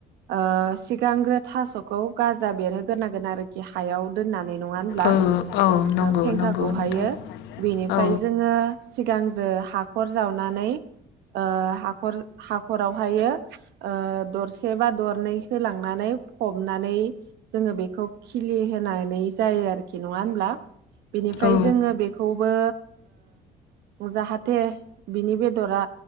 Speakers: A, on the right; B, on the left.
A: ओ सिगांग्रो थास'खौ गाजा बेरहोग्रोनांगोन आरोखि हायाव दोननानै। ओ नङा होनब्ला
B: औ औ नंगौ
A: पेंखाखौहायो
B: नंगौ नोंथां
A: बेनिफ्राय
B: औ
A: जोङो सिगां आरो हाखर जावनानै ओ हाखर हाखरावहायो ओ दरसे बा दरनै होलांनानै फबनानै जोङो बेखौ खिलिहोनानै जायो आरोखि नङा होनब्ला बिनिफ्राय
B: औ
A: जोङो बेखौबो ओ जाहाथे बिनि बेदरा